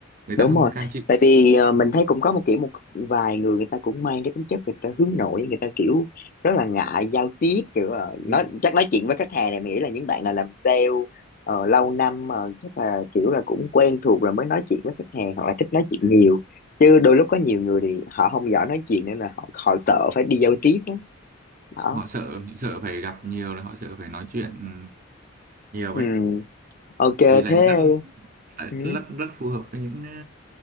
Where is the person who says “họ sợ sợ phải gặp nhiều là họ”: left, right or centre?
Right